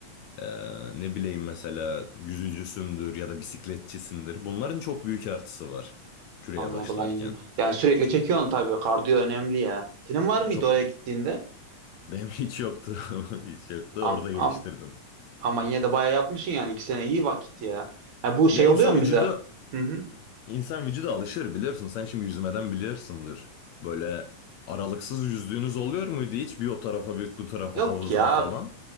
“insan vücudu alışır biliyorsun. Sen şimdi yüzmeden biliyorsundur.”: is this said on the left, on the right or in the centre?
Left